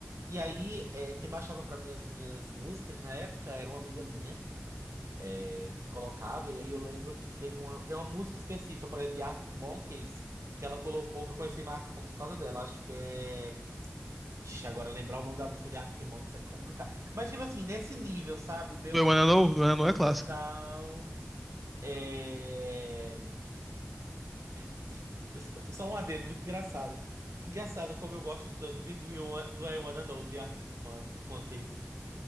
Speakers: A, on the right; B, in the centre.
A: E aí, é, quem baixava pra mim as minhas músicas na época era uma amiga minha, é, que colocava. E aí eu lembro que teve uma, tem uma música específica, por exemplo, de Arctic Monkeys, que ela colocou, que eu conheci mais Arctic Monkeys por causa dela. Acho que é. Ixi, agora lembrar o nome da música de Arctic Monkeys é complicado. Mas, tipo assim, nesse nível, sabe? Meu
B: Do I Wanna
A: M,
B: Know? Do I Wanna Know é
A: o
B: clássico.
A: meu tal. É. <laughs> Só um adendo, muito engraçado. Engraçado como eu gosto tanto de Do, You Wa- Do I Wanna Know de Arctic Mon- Monkeys.